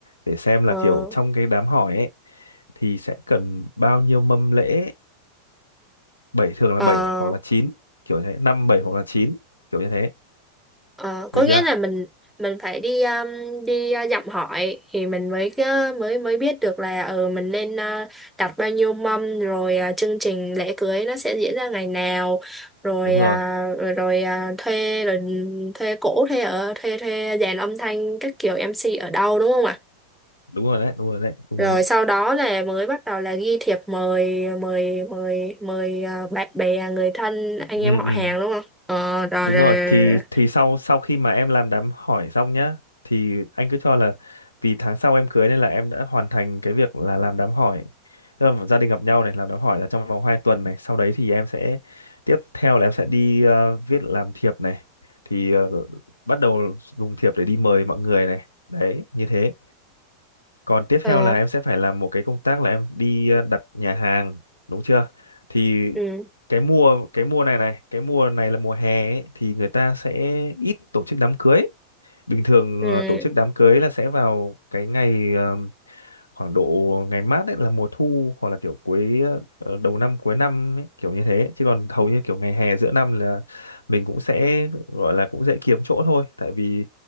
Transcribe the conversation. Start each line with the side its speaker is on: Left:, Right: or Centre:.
Left: để xem là
Centre: ờ
Left: kiểu trong cái đám hỏi ấy thì sẽ cần bao nhiêu mâm lễ bảy thường là
Centre: ờ
Left: bảy hoặc là chín kiểu như thế năm bảy hoặc là chín kiểu như thế
Centre: Ờ, có
Left: được
Centre: nghĩa
Left: chưa
Centre: là mình mình phải đi um, đi uh, dặm hỏi thì mình mới cái- mới mới biết được là ờ mình nên uh, đặt bao nhiêu mâm rồi uh, chương trình lễ cưới nó sẽ diễn ra ngày nào rồi
Left: đúng rồi
Centre: uh, rồi, rồi uh, thuê rồi ừ, thuê cổ thuê ở thuê thuê dàn âm thanh các kiểu MC ở đâu đúng không ạ?
Left: đúng rồi đấy đúng rồi đấy đúng
Centre: Rồi
Left: rồi đấy
Centre: sau đó là mới bắt đầu là ghi thiệp mời mời mời mời uh, bạn bè người thân anh
Left: ừ
Centre: em họ
Left: ừ
Centre: hàng đúng không? Ờ rồi
Left: Đúng
Centre: rồi,
Left: rồi,
Centre: rồi.
Left: thì
Centre: rồi.
Left: thì sau sau khi mà em làm đám hỏi xong nhá, thì anh cứ cho là vì tháng sau em cưới nên là em đã hoàn thành cái việc là làm đám hỏi. Tức là gia đình gặp nhau này, làm đám hỏi là trong vòng 2 tuần này, sau đấy thì em sẽ tiếp theo là em sẽ đi ờ, viết làm thiệp này. Thì ờ, bắt đầu dùng thiệp để đi mời mọi người này. Đấy, như thế. Còn tiếp
Centre: Ờ
Left: theo là em sẽ phải làm một cái công tác là em đi ờ, đặt nhà hàng, đúng chưa? Thì
Centre: ừ.
Left: cái mùa cái mùa này này, cái mùa này là mùa hè ấy, thì người ta sẽ ít tổ chức đám cưới. Bình thường
Centre: Ừ.
Left: ờ, tổ chức đám cưới là sẽ vào cái ngày ờ, khoảng độ ngày mát ấy là mùa thu hoặc là kiểu cuối ờ, đầu năm cuối năm ấy, kiểu như thế. Chứ còn hầu như kiểu ngày hè giữa năm là mình cũng sẽ gọi là cũng dễ kiếm chỗ thôi, tại vì